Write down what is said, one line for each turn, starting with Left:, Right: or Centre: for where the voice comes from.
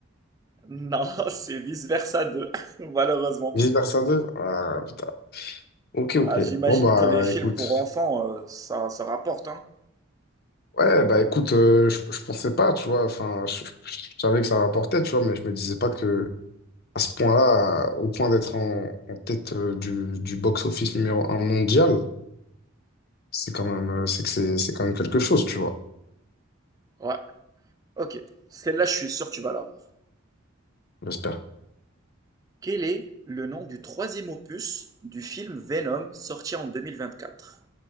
Right: Non, <laughs> c'est Vice-Versa deux. <laughs> malheureusement.
Left: Vice versa 2. Ah, putain. Ok, ok.
Right: Ah, j'imagine
Left: Bon, bah,
Right: que les films
Left: écoute.
Right: pour enfants, heu, ça ça rapporte, hein?
Left: Ouais, bah, écoute, euh, je, je pensais pas, tu vois. Enfin, je, je- je savais que ça rapportait, tu vois, mais je me disais pas que à ce point-là, euh, au point d'être en, en tête euh, du, du box-office numéro un mondial, c'est quand même, euh, c'est que c'est, c'est quand même quelque chose, tu vois,
Right: Ouais, OK. Celle-là, je suis sûr que tu vas l'avoir.
Left: j'espère.
Right: Quel est le nom du troisième opus du film Venom sorti en deux mille vingt-quatre